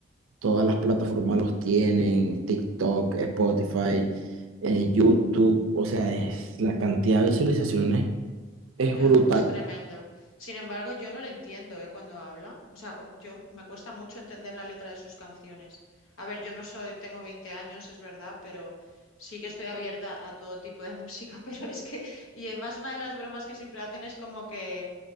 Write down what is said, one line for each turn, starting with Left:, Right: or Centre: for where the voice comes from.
Right: todas las plataformas los tienen, TikTok, Spotify, eh, YouTube, o sea, es, la cantidad de visualizaciones es
Left: Ya,
Right: brutal.
Left: es tremendo. Sin embargo, yo no le entiendo, ¿eh? cuando habla. O sea, cu- yo me cuesta mucho entender la letra de sus canciones. A ver, yo no soy, tengo 20 años, es verdad, pero sí que estoy abierta a todo tipo de música, <laughs> pero es que, y además una de las bromas que siempre hacen es como que